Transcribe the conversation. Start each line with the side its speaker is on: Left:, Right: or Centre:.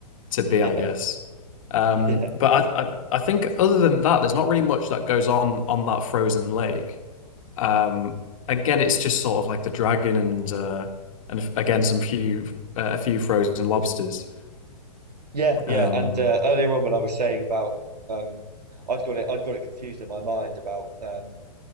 Right: <laughs>
Left: to be, I guess. Um,
Right: Yeah, yeah,
Left: but I, I I think other than that, there's not really much that goes on on that frozen lake. Um, again, it's just sort of like the dragon and uh, and again some few uh, a few frozen lobsters.
Right: yeah, yeah.
Left: Um,
Right: And uh, earlier on, when I was saying about um, I'd got it, I'd got it confused in my mind about um